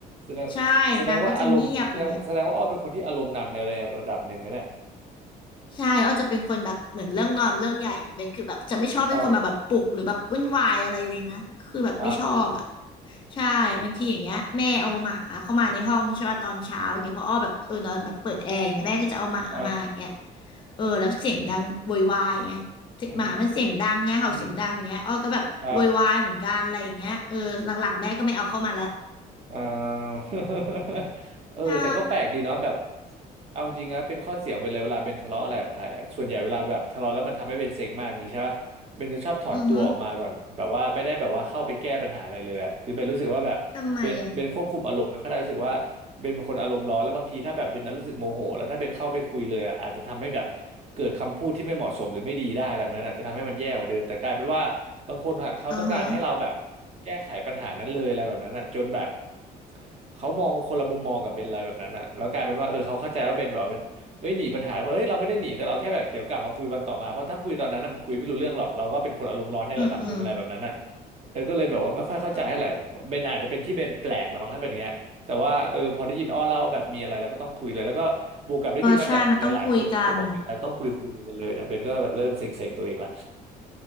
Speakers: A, on the right; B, on the left.
A: แสดงแสแสดงว่าอารมณ์แสดงแสดงว่าอ้อเป็นคนที่อารมณ์นำในระดับหนึ่งนะเนี่ย
B: ใช่นางก็จะเงียบอย่างเงี้ยใช่อ้อจะเป็นคนแบบเหมือนเรื่องนอนเรื่องใหญ่อะเบนคือแบบจะไม่ชอบให้คนมาแบบปลุกหรือแบบวุ่นวายอะไรเลยนะคือแบบไม่ชอบอ่ะ
A: ครับครับ
B: ใช่บางทีอย่างเงี้ยแม่เอาหมาเข้ามาในห้องใช่ป่ะตอนเช้าอย่างเงี้ยเพออ้อแบบเออนอนแบบเปิดแอร์อย่างเงี้ยแม่ก็จะเอาหมามาอย่างเงี้ย
A: ครับ
B: เออแล้วเสียงดังโวยวายไง
A: อื
B: หมามันเสียงดังไงเห่าเสียงดังเงี้ยอ้อก็แบบโวยวายเหมือนกันอะไรอย่างเงี้ยเออหลังๆแม่ก็ไม่เอาเข้ามาแล้ว
A: มครับเอ่อ <laughs> เออแต่ก็แปลกดีเนาะแบบ
B: ใช่
A: เอาจริงนะเป็นข้อเสียงไปเลยเวลาเบนทะเลาะอะไรกับใครอะส่วนใหญ่เวลาแบบทะเลาะแล้วมันทำให้เบนเซ็งมากอย่างงี้ใช่ปะ เบนจะชอบถอนตัวออกมาก่อนแบบว่าไม่ได้แบบว่าเข้าไปแก้ปัญหาอะไรเลยอะคือเบนรู้สึกว่าแบบเบนเบนควบคุมอารมณ์ไม่ค่อยได้รู้สึกว่าเบนเป็นคนอารมณ์ร้อนแล้วบางทีถ้าแบบเบนรู้สึกโมโหแล้วถ้าเบนเข้าไปคุยเลยอะอาจจะทำให้แบบเกิดคำพูดที่ไม่เหมาะสมหรือไม่ดีได้อะไรแบบนั้นอาจจะทำให้มันแย่กว่าเดิมแต่กลายเป็นว่าบางคนอะเขาต้องการให้เราแบบ
B: อือฮึทำไมอ่ะอือฮะ
A: แก้ไขปัญหานั้นเลยอะไรแบบนั้นอะจนแบบเขามองคนละมุมมองกับเบนอะไรแบบนั้นอะแล้วกลายเป็นว่าเออเขาเข้าใจว่าเบนแบบ เฮ้ยหนีปัญหาแล้วเปล่บเฮ้ยเราไม่ได้หนีแต่เราแค่แบบเดี๋ยวกลับมาคุยวันต่อมาเพราะถ้าคุยตอนนั้นน่ะมันคุยไม่รู้เรื่องหรอกเราก็เป็นคนอารมณ์ร้อนในระดับหนึ่งอะไรแบบนั้นอ่ะ
B: อืมอืม
A: เธอก็เลยแบบว่าไม่ค่อยเข้าใจเท่าไหร่เบนอาจจะเป็นที่เบนแปลกละมั้งถ้าเป็นอย่างเงี้ยแต่ว่าเออพอได้ยินอ้อเล่าว่าแบบมีอะไรแล้วก็ต้องคุยเลยแล้วก็บวกกับได้ยินมาจากหลายๆคนก็เลยบอกมีอะไรต้องคุยคุยกันเลยเนี่ยเบนก็แบบเริ่มเซ็งๆตัวเองละ
B: เออใช่มันต้องคุยกัน